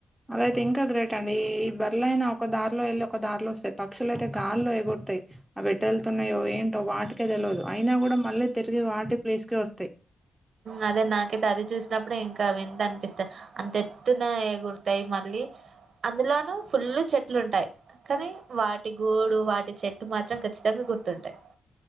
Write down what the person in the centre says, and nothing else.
అదయితే ఇంకా గ్రేట్ అండి ఈ బరలయినా ఒక దారి లో వెళ్లి ఒక దారిలో వస్తాయి పక్షులు అయితే గాల్లో ఎగురుతాయి. ఆవి ఎటుళ్తున్నాయో, ఏంటో వాటికే తెలివదు. అయినా కూడా మళ్ళీ తిరిగి వాటి ప్లేస్ కే వస్తాయి